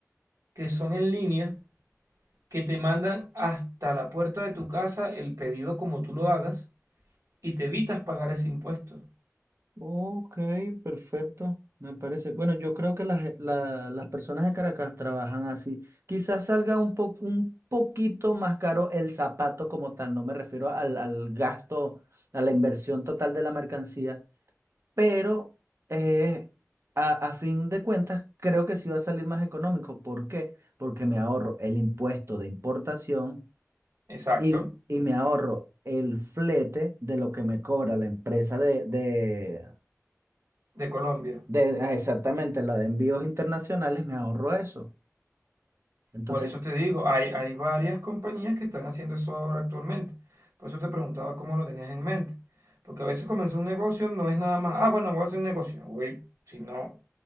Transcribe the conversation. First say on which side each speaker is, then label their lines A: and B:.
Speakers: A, on the right; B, on the right.
A: que son en línea que te mandan hasta la puerta de tu casa el pedido como tú lo hagas y te evitas pagar ese impuesto.
B: Ok, perfecto. Me parece. Bueno, yo creo que las, la- las personas de Caracas trabajan así. Quizás salga un po- un poquito más caro el zapato como tal. No me refiero al, al gasto, a la inversión total de la mercancía, pero eh, a, a fin de cuentas creo que sí va a salir más económico. ¿Por qué? Porque me ahorro el impuesto de importación
A: Exacto,
B: y, y me ahorro el flete de lo que me cobra la empresa de, de,
A: de Colombia.
B: de- ah, exactamente la de envíos internacionales, me ahorro eso. Entonces,
A: Por eso te digo, hay, hay varias compañías que están haciendo eso ahora actualmente. Por eso te preguntaba cómo lo tenías en mente. Porque a veces comenzar un negocio no es nada más, ah, bueno, voy a hacer un negocio, voy, sino